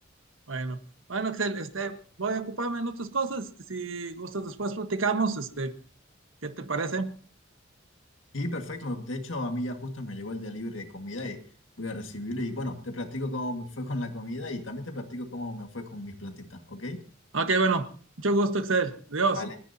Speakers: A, on the right; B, on the left.
A: Bueno, bueno, Axel, este, voy a ocuparme en otras cosas. este, si gustas, después platicamos. Este, ¿qué te parece?
B: Y perfecto, de hecho a mí ya justo me llegó el delivery de comida y voy a recibirlo y bueno, te platico cómo me fue con la comida y también te platico cómo me fue con mis plantitas, ¿ok?
A: Ok, bueno, mucho gusto, Axel. Adiós.
B: Vale.